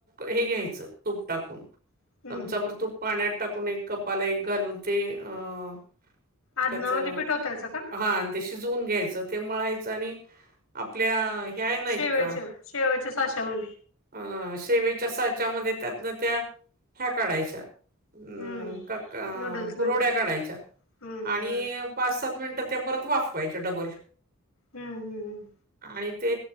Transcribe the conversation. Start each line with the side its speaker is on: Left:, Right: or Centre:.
Right: हे घ्यायचं तूप टाकून
Left: हम्म
Right: आमच्यावरर
Left: हम्म
Right: तू पाण्यात टाकून एक कपाला एक घालून ते अं
Left: आदनामध्ये
Right: त्याच
Left: पिठवतायचं का?
Right: हा आणि त्या शिजून घ्यायचं ते मळायचं आणि आपल्या ह्या नाहीत
Left: शेवच्या
Right: का
Left: शेवच्या सशा मु
Right: अ शेवीच्या साच्यामध्ये त्यातन त्या ह्या काढायच्या. अम्म
Left: हम्म
Right: का
Left: नूडल्स
Right: कुरड्या
Left: म्हणतात ते.
Right: काढायच्या
Left: हम्म
Right: आणि
Left: बर बर
Right: पाच सात मिनिटं त्या परत वाफवायचं डबल.
Left: हम्म हम्म हम्म
Right: आणि ते